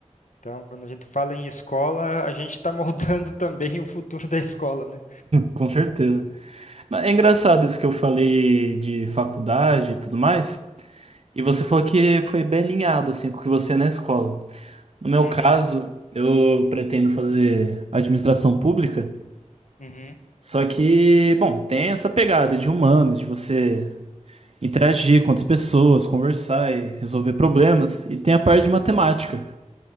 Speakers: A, on the left (about 75°); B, on the right (about 55°).
A: Então, quando a gente fala em escola, a gente está moldando <laughs> também o futuro da escola, né?
B: com certeza. É engraçado isso que eu falei de faculdade e tudo mais. E você falou que foi bem alinhado assim com o que você é na escola. No meu
A: Uhum,
B: caso, eu pretendo fazer administração pública,
A: uhum,
B: só que, bom, tem essa pegada de humanos, de você interagir com outras pessoas, conversar e resolver problemas, e tem a parte de matemática.